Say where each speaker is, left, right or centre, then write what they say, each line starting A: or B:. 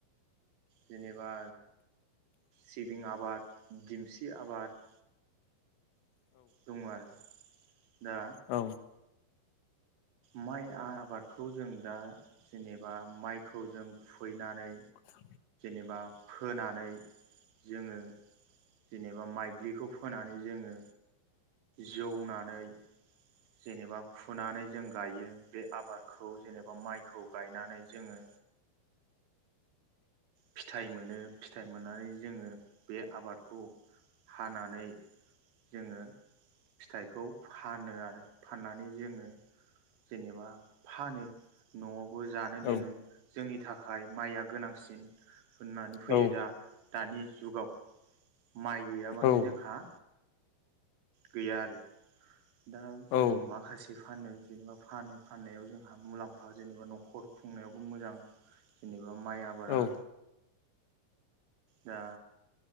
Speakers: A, on the right (about 65°); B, on the left (about 85°).
A: जेनेबा सिबिं आबाद दिमसि आबाद दङ आरो दा
B: औ
A: माइ आबादखौ जों दा जेनेबा माइखौ जों खुबैनानै
B: <inaudible>
A: एबा फोनानै जोङो जेनेबा माइग्लिखौ फोनानै जोङो जौनानै जेनेबा खुनानै जों गायो बे आबाद खौ जेनेबा माइखौ गायनानै जोङो। फिथाइ मोनो फिथाइ मोननानै जोङो बे आबादखौ हानानै जोङो फिथाइखौ फानो आरो फाननानै जोङो जेनेबा फानो न'आवबो जानो दोनो।
B: औ
A: जोंनि थाखाय माइया गोनांसिन होननानै फैयो
B: औ
A: दा दानि जुगाव माइ गैयाबानो
B: औ
A: जोंहा गैया आरो दा जोङो
B: औ
A: माखासे फानो जेनेबा फानो फाननायाव जोंहा मुलाम्फा जेनेबा न'खर खुंनायावबो मोजां जेनेबा एबा माइ आबारा
B: औ
A: दा